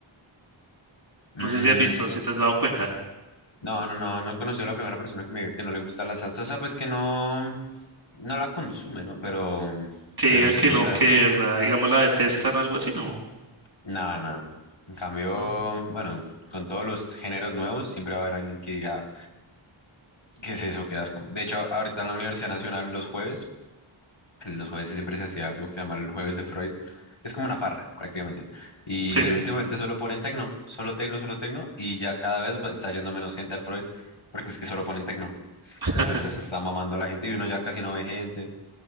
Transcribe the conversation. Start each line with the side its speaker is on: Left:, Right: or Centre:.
Right: No
Left: Mm,
Right: sé si has visto, si te has dado cuenta.
Left: no, no, no, no he conocido a la primera persona que me diga que no le gusta la salsa. O sea, pues que no, no la consume, ¿no? Pero,
Right: Que digan
Left: pero sí,
Right: que no,
Left: la,
Right: que de verdad, digamos, la detestan o algo así, ¿no?
Left: Nada, nada. En cambio,
Right: No.
Left: bueno, con todos los géneros nuevos siempre va a haber alguien que diga, ¿qué es eso? ¿Qué asco? De hecho, ahorita en la Universidad Nacional los jueves, los jueves sí siempre se hacía algo que se llama el jueves de Freud, que es como una farra prácticamente. Y
Right: Sí.
Left: últimamente solo ponen tecno, solo tecno, solo tecno, y ya cada vez va- está yendo menos gente al Freud, porque es que solo ponen tecno.
Right: <laughs>
Left: Entonces eso está mamando a la gente y uno ya casi no ve gente.